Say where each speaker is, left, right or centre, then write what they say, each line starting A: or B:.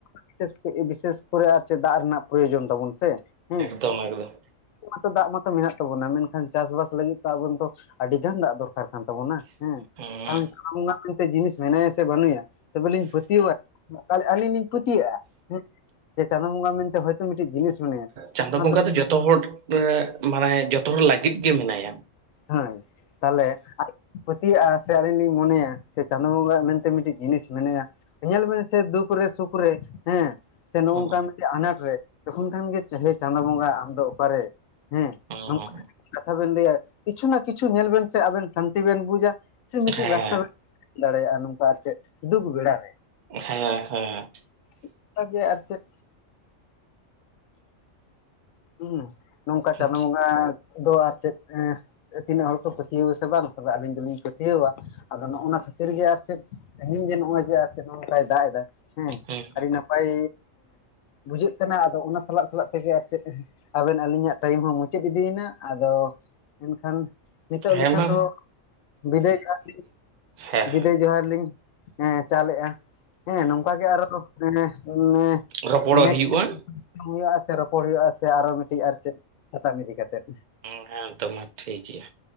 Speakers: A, on the left (about 85°); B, on the right (about 60°).
A: ᱵᱤᱥᱮᱥ ᱵᱤᱥᱮᱥ ᱠᱚᱨᱮ ᱟᱨ ᱪᱮᱫ ᱫᱟᱜ ᱨᱮᱱᱟᱜ ᱯᱨᱳᱭᱳᱡᱚᱱ ᱛᱟᱵᱚᱱ ᱥᱮ ᱦᱮᱸ
B: ᱛᱚ ᱮᱠᱫᱚᱢ
A: ᱟᱫᱚ ᱫᱟᱜ ᱢᱟᱛᱚ ᱢᱮᱱᱟᱜ ᱛᱟᱵᱚᱱᱟ ᱢᱮᱱᱠᱷᱟᱱ ᱪᱟᱥᱵᱟᱥ ᱞᱟᱹᱜᱤᱫ ᱛᱚ ᱟᱵᱚ ᱫᱚ ᱟᱹᱰᱤ ᱜᱟᱱ ᱫᱟᱜ ᱫᱚᱨᱠᱟᱨ ᱠᱟᱱ ᱛᱟᱵᱚᱱᱟ᱾ ᱦᱮᱸ
B: ᱦᱩᱸ
A: ᱦᱟᱱᱛᱮ ᱟᱜ ᱡᱤᱱᱤᱥ ᱢᱮᱱᱟᱭᱟ ᱥᱮ ᱵᱟᱹᱱᱩᱭᱟ ᱛᱚᱵᱮ ᱞᱤᱧ ᱯᱟᱹᱛᱭᱟᱣᱼᱟ ᱟᱹᱞᱤᱧ ᱞᱤᱧ ᱯᱟᱹᱛᱭᱟᱜᱼᱟ ᱦᱮ ᱡᱮ ᱪᱟᱸᱫᱳ ᱵᱚᱸᱜᱟ ᱢᱮᱱᱛᱮ ᱦᱳᱭᱛᱳ ᱢᱤᱫᱴᱤᱡ ᱡᱤᱱᱤᱥ ᱢᱮᱱᱟᱭᱟ
B: ᱪᱟᱸᱫᱳ
A: ᱚᱱᱟ
B: ᱵᱚᱸᱜᱟ ᱫᱚ ᱡᱚᱛᱚ ᱦᱚᱲ ᱢᱟᱱᱮ ᱡᱚᱛᱚ ᱦᱚᱲ ᱞᱟᱹᱜᱤᱫ ᱜᱮ ᱢᱮᱱᱟᱭᱟ᱾
A: ᱦᱮᱸ ᱛᱟᱦᱞᱮ ᱟᱨ ᱯᱟᱹᱛᱭᱟᱜᱼᱟ ᱥᱮ ᱟᱹᱞᱤᱧ ᱞᱤᱧ ᱢᱚᱱᱮᱭᱟ ᱥᱮ ᱪᱟᱸᱫᱳ ᱵᱚᱸᱜᱟ ᱢᱮᱱᱛᱮ ᱢᱤᱫᱴᱤᱡ ᱡᱤᱱᱤᱥ ᱢᱮᱱᱟᱭᱟ᱾ ᱧᱮᱞ ᱵᱮᱱ ᱥᱮ ᱫᱩᱠ ᱨᱮ ᱥᱩᱠ ᱨᱮ ᱦᱮᱸ ᱥᱮ ᱱᱚᱜᱚᱱᱚᱜᱠᱟᱱᱟᱜ
B: ᱦᱩᱸ
A: ᱟᱱᱟᱴ ᱨᱮ ᱛᱚᱠᱷᱚᱱ ᱠᱷᱟᱱ ᱜᱮ ᱦᱮ ᱪᱟᱸᱫᱳ ᱵᱚᱸᱜᱟ ᱟᱢ ᱫᱚ ᱚᱠᱟᱨᱮ ᱦᱮᱸ
B: ᱦᱩᱸ
A: ᱱᱚᱝ ᱠᱟᱛᱷᱟ ᱵᱮᱱ ᱞᱟᱹᱭᱟ ᱠᱤᱪᱷᱩ ᱱᱟ ᱠᱤᱪᱷᱩ ᱧᱮᱞ ᱵᱮᱱ ᱥᱮ ᱟᱵᱮᱱ ᱥᱟᱱᱛᱤ ᱵᱮᱱ ᱵᱩᱡᱟ ᱥᱮ ᱢᱤᱫᱴᱤᱡ
B: ᱦᱮᱸ
A: ᱨᱟᱥᱛᱟ ᱵᱮ ᱫᱟᱲᱮᱭᱟᱜᱼᱟ ᱱᱚᱝᱠᱟ ᱟᱨ ᱪᱮᱫ ᱫᱩᱠ ᱵᱮᱲ ᱨᱮ
B: ᱦᱮᱸ ᱦᱮ
A: ᱚᱝᱠᱟ ᱜᱮ ᱟᱨ ᱪᱮᱫ ᱦᱮᱸ ᱱᱚᱝᱠᱟ
B: ᱦᱩᱸ
A: ᱪᱟᱸᱫᱳ ᱵᱚᱸᱜᱟ ᱫᱚ ᱟᱨ ᱪᱮᱫ ᱮ ᱛᱤᱱᱟᱹᱜ ᱦᱚᱲ ᱠᱚ ᱯᱟᱹᱛᱭᱟᱹᱣ ᱟ ᱥᱮ ᱵᱟᱝ ᱛᱚᱵᱮ ᱟᱹᱞᱤᱧ ᱫᱚᱞᱤᱧ ᱯᱟᱹᱛᱭᱟᱹᱣ ᱟ ᱟᱫᱚ ᱱᱚᱜᱼᱱᱟ ᱠᱷᱟᱹᱛᱤᱨ ᱜᱮ ᱟᱨ ᱪᱮᱫ ᱛᱮᱦᱮᱧ ᱡᱮ ᱱᱚᱜᱼᱚᱭ ᱡᱮ ᱟᱨ ᱪᱮᱫ ᱱᱚᱜᱚ ᱱᱚᱝᱠᱟᱭ ᱫᱟᱜ ᱫᱟ ᱦᱮᱸ
B: ᱦᱩᱸ
A: ᱟᱹᱰᱤ ᱱᱟᱯᱟᱭ ᱵᱩᱡᱷᱟᱹᱜ ᱠᱟᱱᱟ ᱟᱫᱚ ᱚᱱᱟ ᱥᱟᱞᱟᱜ ᱥᱟᱞᱟᱜ ᱛᱮᱜᱮ ᱟᱨ ᱪᱮᱫ? ᱟᱵᱮᱱ ᱟᱹᱞᱤᱧᱟᱜ ᱴᱟᱭᱤᱢ ᱦᱚᱸ ᱢᱩᱪᱟᱹᱫ ᱤᱫᱤᱭᱮᱱᱟ ᱟᱫᱚ ᱮᱱᱠᱷᱟᱱ ᱱᱤᱛᱚᱜ
B: ᱦᱮᱸ
A: ᱞᱮᱠᱟ
B: ᱢᱟ
A: ᱫᱚ ᱵᱤᱫᱟᱹᱭ ᱡᱚᱦᱟᱨ
B: ᱦᱮᱸ
A: ᱵᱤᱫᱟᱹᱭ ᱡᱚᱦᱟᱨ ᱞᱤᱧ ᱦᱮᱸ ᱪᱟᱞᱮᱜᱼᱟ ᱦᱮᱸ ᱱᱚᱝᱠᱟ ᱜᱮ ᱟᱨᱚ <unintelligible>
B: ᱨᱚᱯᱚᱲᱚᱜ
A: ᱱᱮᱠᱥᱴ
B: ᱦᱩᱭᱩᱜᱼᱟ
A: ᱴᱟᱭᱳᱢ <inaudible> ᱦᱩᱭᱩᱜᱼᱟ ᱥᱮ ᱨᱚᱯᱚᱲ ᱦᱩᱭᱩᱜᱼᱟ ᱥᱮ ᱟᱨᱚ ᱢᱤᱫᱴᱤᱡ ᱟᱨ ᱪᱮᱫ ᱥᱟᱛᱟᱢ ᱤᱫᱤ ᱠᱟᱛᱮᱫ
B: ᱳ ᱦᱮᱸ ᱛᱚ ᱢᱟ ᱴᱷᱤᱠ ᱜᱮᱭᱟ᱾